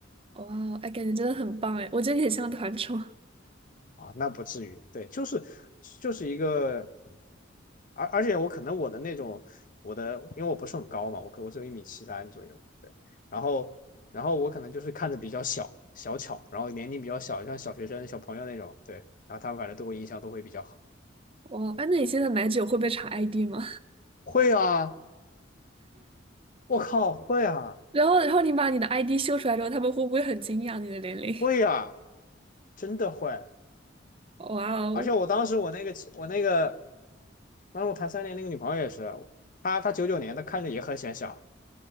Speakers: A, on the right (about 30°); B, on the left (about 45°).
A: 哇哦，哎，感觉真的很棒哎，我觉得你很像团宠。哇
B: 啊，那不至于，对，就是就是一个，嗯而而且我可能我的那种我的，因为我不是很高嘛，我可我只有一米七三左右，对，然后然后我可能就是看着比较小小巧，然后年龄比较小，像小学生小朋友那种，对，然后他们反正对我印象都会比较好。
A: 哦，哎，那你现在买酒会被查 ID 吗？
B: 会啊，我靠，会啊，
A: <laughs> 然后，然后你把你的 ID 秀出来之后，他们会不会很惊讶你的年龄？
B: 会啊，真的会，
A: <laughs> 哇哦！
B: 而且我当时我那个我那个，当时我谈三年那个女朋友也是，她她九九年的，看着也很显小。